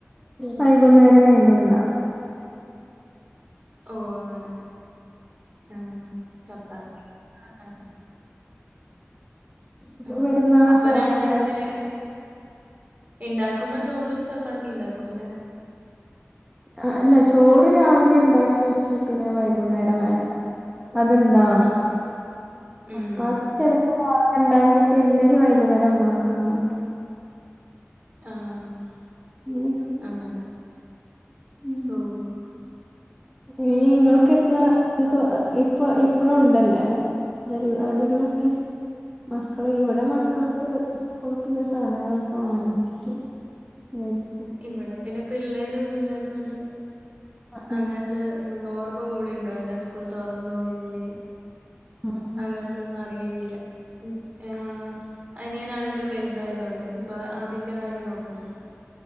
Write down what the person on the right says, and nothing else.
ഓ അങ്ങനെ ആഹ് ചപ്പാത്തി ആഹ്
ആ
അപ്പോ രണ്ട്
ഒരു ഇതില് ഉണ്ടാക്കുമ്പോ ചോറും ചപ്പാത്തിയും ഉണ്ടാക്കും ലെ
ആ ആ ഉം
ആഹ്
അങ്ങനെ
ഓഹ്
ഇവടെ പിന്നെ പിള്ളേരൊന്നും ഇല്ലാത്തത് കൊണ്ട്
അങ്ങനെ ത്തെ ഓർമ്മ കൂടി ഉണ്ടാവില്ല സ്കൂൾ തുറന്നോ ഇല്ലേ
അങ്ങന ത്തൊന്നും അറിയേയില്ല ആഹ് അനിയനാണെങ്കിൽ വലുതായത് കൊണ്ടെ ഇപ്പോ അതിന്റെ കാര്യം നോക്കണ്ട